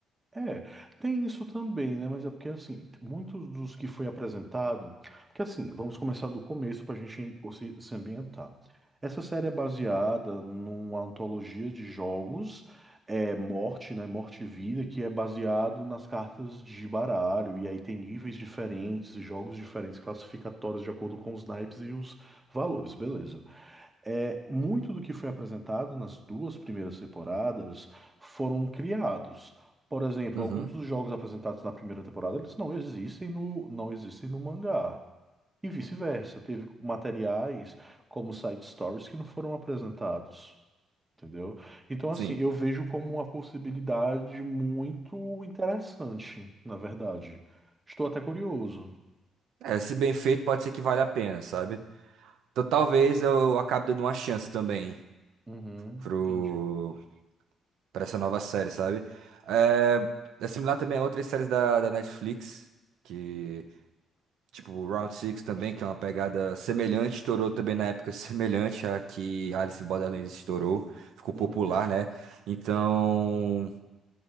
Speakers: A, on the right (about 20°); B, on the right (about 80°).
A: É, tem isso também, né? Mas é porque, assim, muitos dos que foi apresentado. Porque, assim, vamos começar do começo para a gente se, se ambientar. Essa série é baseada numa antologia de jogos, é Morte, né? Morte e Vida, que é baseado nas cartas de baralho. E aí tem níveis diferentes, jogos diferentes, classificatórios de acordo com os naipes e os valores, beleza. É, muito do que foi apresentado nas duas primeiras temporadas foram criados. Por exemplo,
B: Uhum,
A: alguns dos jogos apresentados na primeira temporada, eles não existem no, não existem no mangá. E vice-versa, teve materiais como side stories que não foram apresentados, entendeu? Então, assim,
B: sim.
A: eu vejo como uma possibilidade muito interessante, na verdade. Estou até curioso.
B: É, se bem feito, pode ser que valha a pena, sabe? Então talvez eu acabe dando uma chance também
A: Uhum,
B: pro
A: entendi.
B: Pra essa nova série, sabe? É, é similar também a outras séries da, da Netflix, que, tipo, Round Six também, que é uma pegada semelhante, estourou também na época <laughs> semelhante à que Alice in Borderlands estourou, ficou
A: Uhum,
B: popular, né? Então,